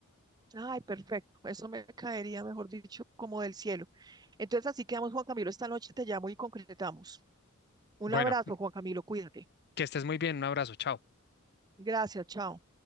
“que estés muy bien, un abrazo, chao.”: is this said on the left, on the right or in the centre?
Left